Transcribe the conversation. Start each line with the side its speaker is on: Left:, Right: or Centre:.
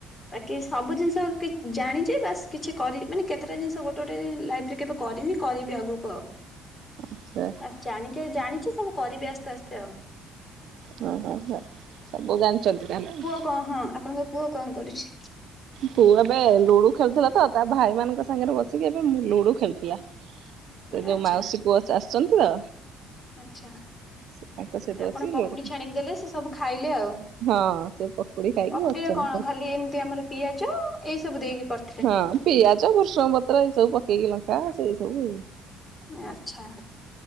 Left: ବାକି ସବୁ ଜିନିଷ କି ଜାଣିଛି ବାସ କିଛି କରି ମାନେ କେତେଟା ଜିନିଷ ଗୋଟେ ଗୋଟେ ଲାଇଫ ରେ କେବେ କରିନି, କରିବି ଆଗକୁ ଆଉ।
Right: ଆଚ୍ଛା
Left: ବାସ ଜାଣିକି ଜାଣିଛି ସବୁ କରିବି ଆସ୍ତେ ଆସ୍ତେ ଆଉ।
Right: ହଁ ହଁ ହଁ ସବୁ ଜାଣିଛନ୍ତି ତାହେଲେ।
Left: ହଁ ହଁ ଆପଣଙ୍କ ପୁଅ କଣ କରୁଛି?
Right: ପୁଅ ଏବେ ଲୁଡୁ ଖେଳୁଥିଲା ତ ତା ଭାଇ ମାନଙ୍କ ସାଙ୍ଗରେ ବସିକି ଏବେ ଲୁଡୁ ଖେଳୁଥିଲା। ସେ ଯୋଉ
Left: ଆଚ୍ଛା
Right: ମାଉସୀ ପୁଅ ଆସିଛନ୍ତି ତ
Left: ଆଚ୍ଛା।
Right: ତାଙ୍କ ସହିତ
Left: ଆପଣ
Right: ବସି
Left: ପକୁଡ଼ି
Right: ଲୋଡି
Left: ଛାଣିକି ଦେଲେ ସେ ସବୁ ଖାଇଲେ ଆଉ।
Right: ହଁ ସେ ପକୁଡି ଖାଇକି
Left: ପଖଡିରେ
Right: ବସିଛନ୍ତି
Left: କଣ ଖାଲି ଏମିତି ଆମର ପିଆଜ ଏଇ ସବୁ ଦେଇକି କରି
Right: ହଁ ପିଆଜ, ଭୃସଙ୍ଗ ପତ୍ର ଏଇ ସବୁ ପକେଇକି ଲଙ୍କା ସେଇ ସବୁ ଆଉ।
Left: ଆଚ୍ଛା।